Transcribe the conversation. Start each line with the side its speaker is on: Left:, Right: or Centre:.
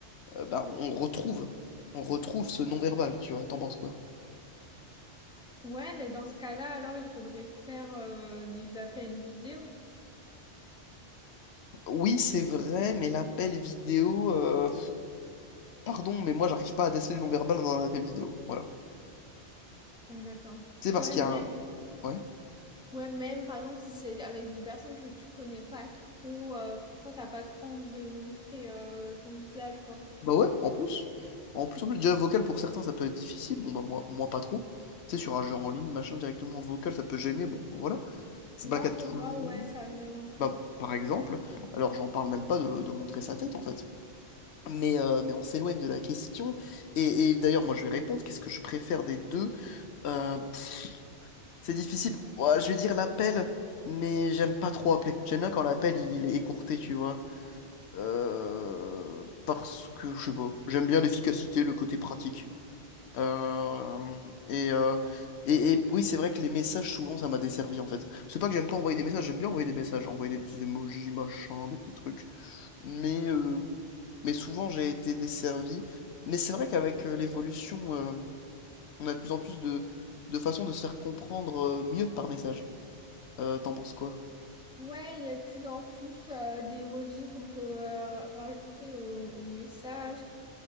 Left: euh, ben, on retrouve, on retrouve ce non-verbal, tu vois. T'en penses quoi?
Centre: Ouais, mais dans ce cas-là, alors il faudrait faire euh, des appels vidéo.
Left: Oui, c'est vrai, mais l'appel vidéo, euh, pardon, mais moi, j'arrive pas à déceler le non-verbal dans un appel vidéo. Voilà.
Centre: Ah, d'accord.
Left: C'est parce
Centre: Ouais,
Left: qu'il
Centre: mais...
Left: y a un. ouais.
Centre: ouais, même par exemple, si c'est avec des personnes que tu connais pas trop, euh, franchement, t'as pas trop envie de montrer euh, ton visage, quoi.
Left: Bah ouais, en plus. En plus, en plus, déjà vocal pour certains ça peut être difficile, bon bah moi, moi pas trop. Tu sais, sur un jeu en ligne, machin, directement en vocal, ça peut gêner, bon bah, voilà. C'est
Centre: Moi,
Left: pas le cas de
Centre: pour
Left: tout
Centre: moi,
Left: le monde,
Centre: ouais, ça gêne un peu.
Left: bah par exemple, alors j'en parle même pas de, de montrer sa tête en fait. Mais, euh, mais on s'éloigne de la question, et, et d'ailleurs moi je vais répondre, qu'est-ce que je préfère des deux? Euh, pff, c'est difficile, Ouah, je vais dire l'appel, mais j'aime pas trop appeler. J'aime bien quand l'appel il est écourté, tu vois. Euh, parce que je sais pas, j'aime bien l'efficacité, le côté pratique. Euh, et, euh, et, et oui, c'est vrai que les messages, souvent, ça m'a desservi en fait. C'est pas que j'aime pas envoyer des messages, j'aime bien envoyer des messages, envoyer des petits emojis, machin, des petits trucs. Mais, euh, mais souvent, j'ai été desservi. Mais c'est vrai qu'avec euh, l'évolution, euh, on a de plus en plus de, de façons de se faire comprendre euh, mieux par message. Euh, t'en penses quoi?
Centre: Ouais, il y a de plus en plus euh, d'emojis qu'on peut euh, rajouter au, au message.